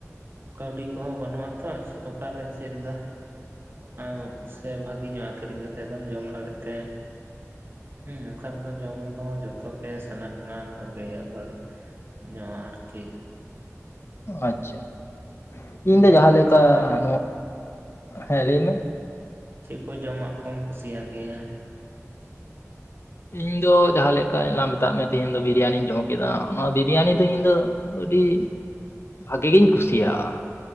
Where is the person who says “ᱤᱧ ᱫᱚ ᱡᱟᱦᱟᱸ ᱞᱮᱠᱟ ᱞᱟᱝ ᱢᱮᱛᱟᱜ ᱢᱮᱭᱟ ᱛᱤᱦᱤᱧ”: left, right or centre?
Left